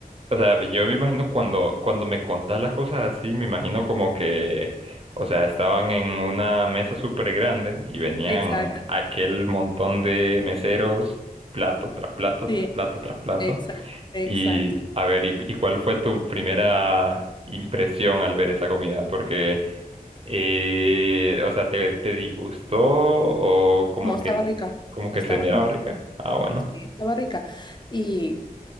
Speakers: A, on the right (about 40°); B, on the left (about 30°).
A: o sea, yo me imagino cuando, cuando me contás las cosas así, me imagino como que, o sea, estaban en una mesa súper grande y venían
B: Exacto,
A: aquel montón de meseros, plato tras plato,
B: sí,
A: tras plato, tras plato.
B: exacto, exacto.
A: Y a ver, ¿y, y cuál fue tu primera impresión al ver esa comida? Porque, eh, o sea, ¿te, te disgustó o como
B: No, estaba
A: que,
B: rica,
A: como que
B: estaba
A: se miraba
B: rica,
A: rica? Ah, bueno.
B: sí, estaba rica. Y